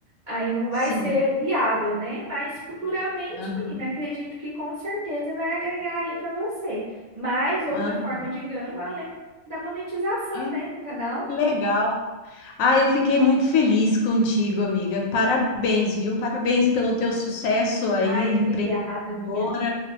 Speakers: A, on the right; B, on the left.
A: aí não vai
B: sim.
A: ser viável, né? Mas futuramente,
B: Aham.
A: menina, acredito que com certeza vai agregar aí para você. Mais outra
B: Ah,
A: forma de ganho além da monetização,
B: Ah,
A: né, do canal.
B: que legal. Ah, eu fiquei muito feliz contigo, amiga. Parabéns, viu? Parabéns pelo teu sucesso aí,
A: Ai, obrigada,
B: empreendedora.
A: amiga.